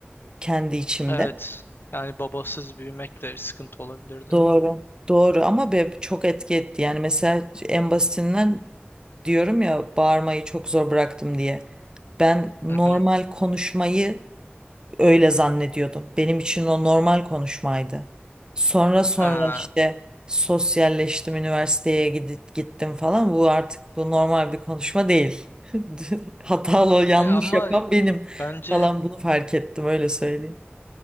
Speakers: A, on the right (about 20°); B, on the left (about 60°).
A: kendi içimde.
B: Evet. Yani babasız büyümek de sıkıntı olabilirdi.
A: Doğru. Doğru ama be, çok etki etti. Yani mesela en basitinden diyorum ya bağırmayı çok zor bıraktım diye. Ben normal
B: Hı hı.
A: konuşmayı Öyle zannediyordum. Benim için o normal konuşmaydı. Sonra sonra
B: Aa,
A: işte sosyalleştim, üniversiteye gidip gittim falan. Bu artık bu normal bir konuşma değil. <laughs> Hatalı, yanlış
B: e ama
A: yapan benim
B: bence
A: falan bunu fark ettim öyle söyleyeyim.